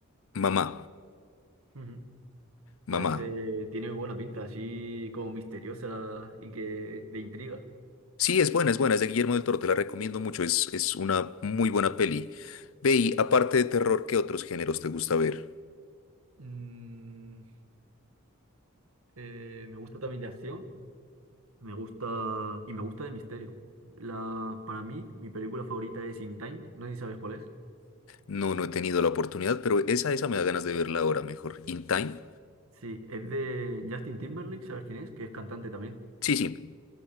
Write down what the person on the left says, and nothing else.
Mamá,
mamá.
Sí, es buena, es buena, es de Guillermo del Toro, te la recomiendo mucho. Es, es una muy buena peli. Ve y aparte de terror, ¿qué otros géneros te gusta ver?
No, no he tenido la oportunidad, pero esa, esa me da ganas de verla ahora mejor. In Time.
Sí, sí.